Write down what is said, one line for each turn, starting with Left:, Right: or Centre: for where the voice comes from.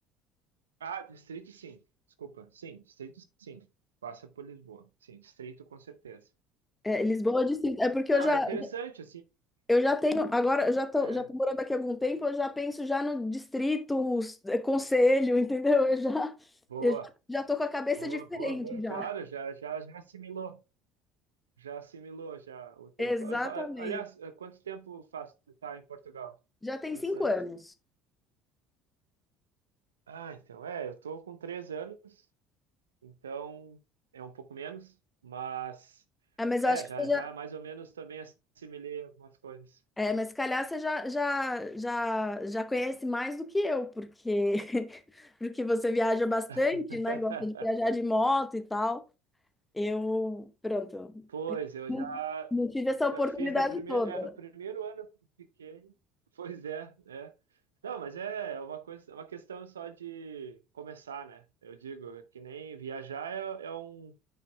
Right: Ah, distrito sim, desculpa. Sim, distrito sim, passa por Lisboa. Sim, distrito com certeza.
Left: É, Lisboa distrito. É porque
Right: Não,
Left: eu já,
Right: é interessante, assim.
Left: Eu já tenho, agora eu já tô,
Right: É,
Left: já tô morando aqui há algum tempo, eu já penso já no distrito, s- eh, conselho, <laughs> entendeu? Eu já,
Right: boa,
Left: eu já, já tô com a cabeça
Right: boa,
Left: diferente
Right: boa, boa. Claro,
Left: já.
Right: já, já, já assimilou. Já assimilou já o tempo.
Left: Exatamente.
Right: Eu fa- Aliás, quanto tempo faz tu tá em Portugal?
Left: Já tem
Right: Quantos
Left: cinco
Right: anos?
Left: anos.
Right: Ah, então, é, eu tô com três anos, então é um pouco menos, mas
Left: É, mas
Right: é,
Left: eu acho
Right: já,
Left: que você
Right: já
Left: já,
Right: mais ou menos também assimilei algumas coisas.
Left: é, mas se calhar você já, já, já, já conhece mais do que eu, porque, <laughs> porque você viaja bastante,
Right: <laughs>
Left: né? Gosta de viajar de moto e tal. Eu, pronto,
Right: Pois, eu
Left: não,
Right: já,
Left: não tive essa oportunidade
Right: já fiz no primeiro,
Left: toda.
Right: é, no primeiro ano que eu fiquei, <laughs> pois é, é. Não, mas é é uma coisa, é uma questão só de começar, né? Eu digo, é que nem viajar é, é um,